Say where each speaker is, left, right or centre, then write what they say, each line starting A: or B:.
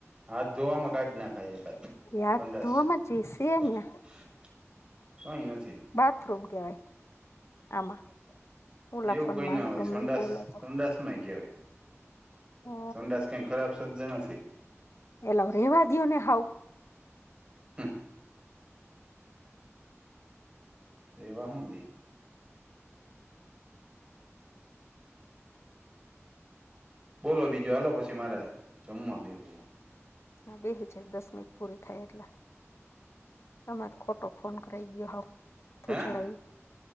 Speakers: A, on the right; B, on the left.
A: હાથ જોવામાં ક જ નાખાય એકાદ
B: હાથ
A: સંડસ
B: ધોવામાં જે સે
A: <inaudible>
B: ને
A: <inaudible> કઈ નથી.
B: બાથરૂમ કવાય. આમાં. ઓલા
A: એવું
B: ફોનમાં
A: કઈ ના હોય
B: ગમે
A: સંડા
B: બોલો તો
A: સંડાસ માંય કેવાય.
B: ઓ
A: સંડાાસ કઈ ખરાબ શબ્જ નથી.
B: એલા રેવા દઓ ને હાવ.
A: હમ રેવાહું દે. બોલો બીજો હાલ પછી મારે જમવા બેવું હોય.
B: ના બે હ જાય દસ મિનિટ પૂરી થાય એટલા. તજ ખોટો ફોન કરાઈ ગયો હ. માથું
A: હે
B: ચડાયું